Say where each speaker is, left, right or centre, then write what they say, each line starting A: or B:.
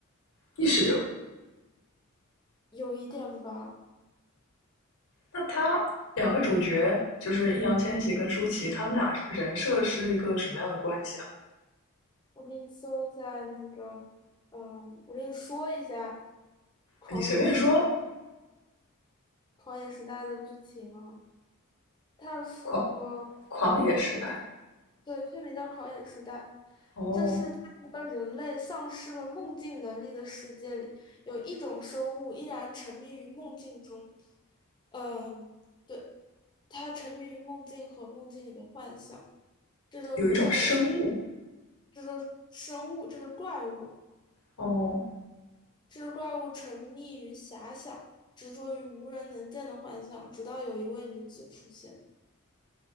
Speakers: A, on the left (about 80°); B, on the left (about 20°).
A: 意识流。
B: 有一点吧。
A: 那他两个主角就是易烊千玺跟舒淇，他们俩人设是一个什么样的关系啊？
B: 我给你搜一下那个，嗯，我给你说一下《狂野时代》
A: 你随便说，
B: 《狂野时代》的剧情啊。他说。
A: 狂狂野时代
B: 对，片名叫《狂野时代》，
A: 哦，
B: 这是在一个人类丧失了梦境能力的世界里，有一种生物依然沉迷于梦境中。嗯，对，它沉迷于梦境和梦境里的幻想。这种这种
A: 有一种生物
B: 这个生物，这个怪物，
A: 哦，
B: 这个怪物沉溺于遐想，执着于无人能见的幻象，直到有一位女子出现。